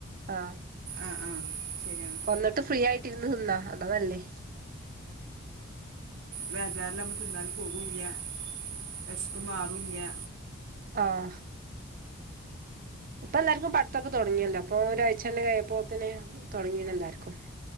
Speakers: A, on the right (about 45°); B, on the right (about 60°).
A: ആ
B: ആഹ് ആഹ് ശരിയാണ്
A: വന്നിട്ട് ഫ്രീ ആയിട്ട്‌ ഇരുന്ന് തിന്നാ അതല്ലേ
B: ബേജാറിലപ്പം തിന്നാൻ പോകുല്യാ വെശപ്പ് മാറൂല്യാ
A: ആഹ് ഇപ്പൊ എല്ലാർക്കും പടത്തൊക്കെ തുടങ്ങിയല്ലോ അപ്പൊ ഒരാഴ്ചണ്ട് പ്പോത്തിന് തുടങ്ങീ എല്ലാർക്കും